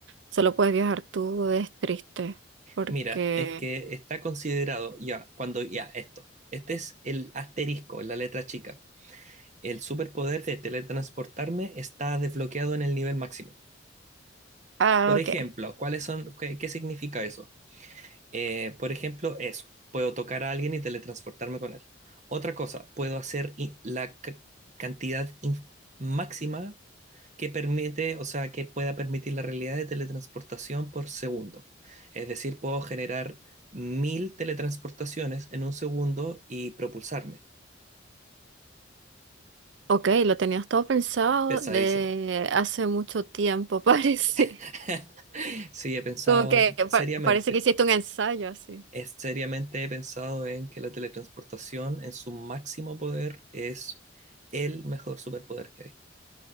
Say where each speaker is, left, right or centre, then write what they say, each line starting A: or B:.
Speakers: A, on the right (about 70°); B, on the right (about 40°).
A: Solo puedes viajar tú, es triste porque...
B: Mira, es que está considerado ya, cuando ya, esto. Este es el asterisco, la letra chica. El superpoder de teletransportarme está desbloqueado en el nivel máximo.
A: Ah,
B: Por
A: ok.
B: ejemplo, ¿cuáles son, qué qué significa eso? Eh, por ejemplo, eso. Puedo tocar a alguien y teletransportarme con él. Otra cosa, puedo hacer i- la ca- cantidad in- máxima que permite, o sea, que pueda permitir la realidad de teletransportación por segundo. Es decir, puedo generar mil teletransportaciones en un segundo y propulsarme.
A: Ok, lo tenías todo pensado
B: Pesadísimo.
A: de hace mucho tiempo, <laughs> parece.
B: <laughs> Sí, he pensado
A: Como que
B: seriamente.
A: pa- parece que hiciste un ensayo así.
B: Es seriamente he pensado en que la teletransportación en su máximo poder es el mejor superpoder que hay.